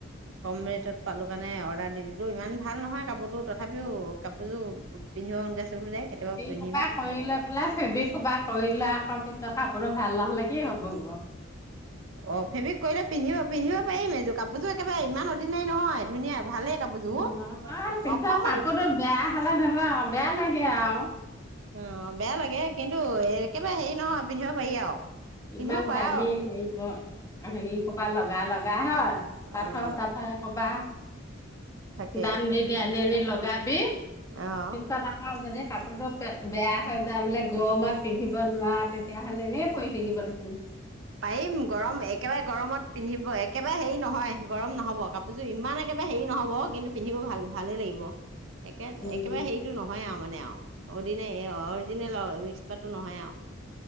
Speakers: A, on the right; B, on the left.
A: কম ৰেটত পালো কাৰণে অৰ্ডাৰ দি দিলো, ইমান ভাল নহয় কাপোৰতো তথাপিও কাপোৰযোৰ পিন্ধিব মন গৈ আছে। <unintelligible> যায় কেতিয়াবা পিন্ধিম
B: কবা কৰি লৈ পেলাই ফেবিক হোপা কৰি লৈ আকৌ পিছত, কাপোৰ ভাল নহ'লে কি হ'ব অ,
A: অ ফেব্ৰিক কৰিলে পিন্ধিব পিন্ধিব পাৰিম এইযোৰ কাপোৰযোৰ একেবাৰে ইমান অৰ্ডিনাৰী নহয় ধুনীয়া ভালেই কাপোৰযোৰ
B: নহয় পিছত
A: অকমান
B: কাপোৰতটো বেয়া হলে ধৰিল বেয়া লাগে আৰু
A: অ বেয়া লাগে কিন্তু একেবাৰে হেৰি নহয় পিন্ধিব পাৰি আৰু পিন্ধিব
B: ইমান
A: পাৰা
B: দামী হেৰি ব হেৰি কবা লগা লগা হয়
A: উম
B: পাথৰ চাথৰ এহোপা
A: তাকেই
B: দাম দি দি আনি আনি লগাই বি
A: অ
B: পিছত আকৌ বেলেগ, কাপোৰতো বেয়া হৈ যায় বোলে গৰমত পিন্ধিব নোৱাৰা তেতিয়া হ'লে এনে পৰি থাকিব, <unintelligible>
A: পাৰিম গৰম একেবাৰে গৰমত পিন্ধিব একেবাৰে হেৰি নহয় গৰম নহব কাপোৰযোৰ ইমান একেবাৰে হেৰি নহব কিন্তু পিন্ধিব ভাল ভালেই লাগিব। একে
B: উম,
A: একেবাৰে হেৰিতটো নহয় আৰু মানে অ। কিনে অৰিজিনেল মিক্স কতো নহয় আৰু